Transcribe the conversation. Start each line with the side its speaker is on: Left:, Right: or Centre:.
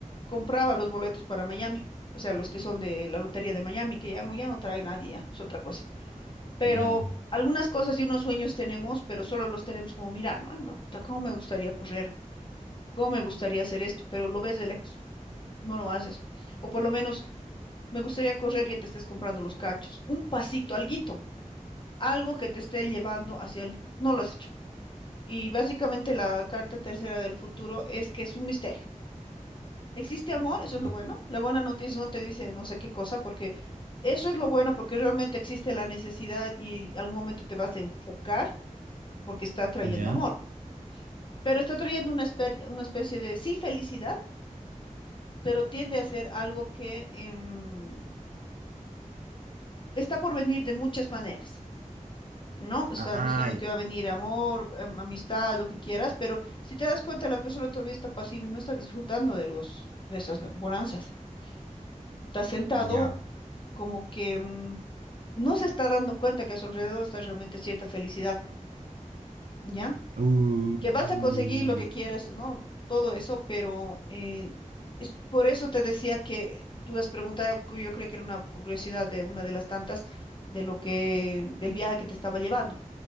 Left: compraba los boletos para Miami, o sea, los que son de la lotería de Miami, que ya no, ya no trae nadie, ya, es otra cosa. Pero
Right: Ya.
Left: algunas cosas y unos sueños tenemos, pero solo los tenemos como mirar, ¿no? Ah, Puta, ¿Cómo me gustaría correr? ¿Cómo me gustaría hacer esto? Pero lo ves de lejos. No lo haces. O por lo menos, me gustaría correr y ya te estés comprando los cachos. Un pasito, alguito, algo que te esté llevando hacia el... No lo has hecho. Y básicamente la carta tercera del futuro es que es un misterio. ¿Existe amor? Eso
Right: Ya.
Left: es lo bueno. La buena noticia no te dice no sé qué cosa, porque eso es lo bueno, porque realmente existe la necesidad y algún momento te vas a enfocar porque está trayendo
Right: Ya.
Left: amor. Pero está trayendo una, espe- una especie de, sí, felicidad, pero tiende a ser algo que... em, está por venir de muchas maneras, ¿no? Está
Right: Ah,
Left: diciendo que va a venir amor, am- amistad, lo que quieras, pero si te das cuenta, la persona todavía está pasiva y no está disfrutando de los, de esas bo- bonanzas. Está sentado
Right: ya.
Left: como que mm, no se está dando cuenta que a su alrededor está realmente cierta felicidad, ¿ya?
Right: Uh,
Left: Que vas a
Right: uh,
Left: conseguir lo que quieras, ¿no? Todo eso, pero eh, es por eso te decía que tú has preguntado, que yo creo que era una curiosidad de una de las tantas de lo que, del viaje que te estaba llevando.